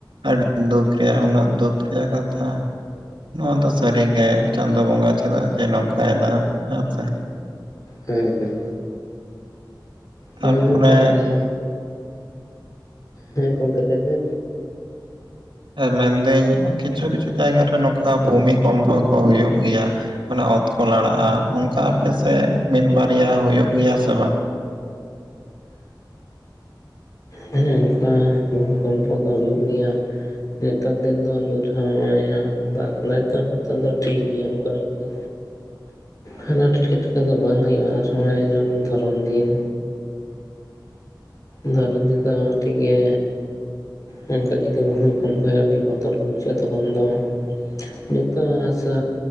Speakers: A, on the right; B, on the left.
A: ᱟᱹᱰᱤ ᱫᱩᱠ ᱨᱮᱭᱟᱜ ᱩᱱᱟᱹᱜ ᱫᱩᱠ ᱨᱮᱭᱟᱜ ᱠᱟᱛᱷᱟ ᱱᱚᱣᱟ ᱫᱚ ᱥᱟᱹᱨᱤ ᱜᱮ ᱪᱮ ᱫᱚ ᱵᱚᱸᱜᱟ ᱪᱮᱫᱟᱜ ᱡᱮ ᱱᱚᱝᱠᱟᱭ ᱫᱟ ᱦᱮᱸᱛᱮ
B: ᱦᱮᱸ ᱦᱮᱸ
A: ᱛᱟᱨᱯᱚᱨᱮ
B: ᱦᱮᱸ ᱠᱟᱱ ᱜᱮᱭᱟ ᱦᱮᱸ ᱜᱚᱢᱠᱮ ᱞᱟᱹᱭᱢᱮ
A: ᱢᱮᱱᱫᱟᱹᱧ ᱠᱤᱪᱷᱩ ᱠᱤᱪᱷᱩ ᱡᱟᱭᱜᱟᱮ ᱱᱚᱝᱠᱟ ᱵᱷᱩᱢᱤᱤᱠᱢᱯᱚ ᱠᱚ ᱦᱩᱭᱩᱜ ᱜᱮᱭᱟ ᱚᱟᱱᱮ ᱚᱛ ᱠᱚ ᱞᱟᱲᱟᱜᱼᱟ ᱚᱱᱠᱟ ᱟᱯᱮᱥᱮᱫ ᱢᱤᱫᱵᱟᱨᱭᱟ ᱦᱩᱭᱩᱜ ᱜᱮᱭᱟ ᱥᱮ ᱵᱟᱝ
B: ᱦᱮ ᱚᱱᱠᱟ ᱵᱷᱢᱤᱠᱚᱢᱯᱚ ᱫᱚ ᱦᱩᱭᱩᱜ ᱜᱮᱭᱟ ᱱᱮᱛᱟᱨ ᱫᱤᱱ ᱫᱚ ᱦᱩᱭᱩᱜᱳ ᱨᱮᱦᱚᱸ ᱱᱚᱜᱼ ᱫᱟᱜ ᱫᱟᱭᱚ ᱱᱮᱛᱟᱨ ᱫᱚ ᱴᱷᱤᱠ ᱜᱮᱭᱟ ᱚᱱᱠᱟ ᱞᱮᱠᱟ ᱫᱚ
A: <inaudible>
B: ᱦᱟᱱᱟ ᱮᱴᱠᱮᱴᱚᱲᱮ ᱫᱚ ᱵᱟᱝ ᱦᱩᱭᱩᱜᱼᱟ ᱟᱨ ᱱᱚᱜᱼᱚᱭᱮ ᱫᱷᱚᱨᱚᱱ ᱫᱤᱱ ᱫᱷᱚᱨ ᱛᱮ ᱛᱚ ᱴᱤᱠᱜᱮ ᱢᱮᱱᱠᱷᱟᱱ ᱡᱩᱫᱤ ᱵᱷᱩᱢᱤ ᱠᱚᱢᱯᱚᱭᱟᱭ ᱟᱹᱰᱤ ᱵᱚᱛᱚᱨ ᱜᱮ ᱵᱩᱡᱷᱟᱹᱜᱼᱟ ᱛᱚᱠᱷᱚᱱ ᱫᱚ ᱡᱚᱛᱚ ᱟᱥᱟ